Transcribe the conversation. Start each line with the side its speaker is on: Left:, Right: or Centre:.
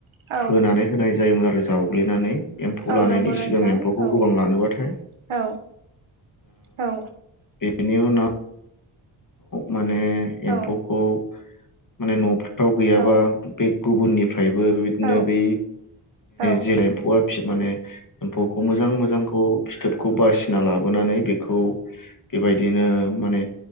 Right: औ
Left: फोनानै होनाय जायोमोन आरो जावग्लिनानै एम्फौ
Right: औ
Left: लानायनि
Right: नंगौ नोंथां
Left: सिगां एम्फौखौ
Right: औ
Left: गोबां लानोबाथाय
Right: औ औ
Left: बिनि उनाव माने
Right: औ
Left: एम्फौखौ माने न' फोराव गैयाबा
Right: औ
Left: बे गुबुननिफ्रायबो बिदिनो
Right: औ
Left: बे
Right: औ
Left: जे एम्फौआ माने एम्फौखौ मोजां मोजांखौ फिथोबखौ बासिना लाबोनानै बेखौ बेबायदिनो माने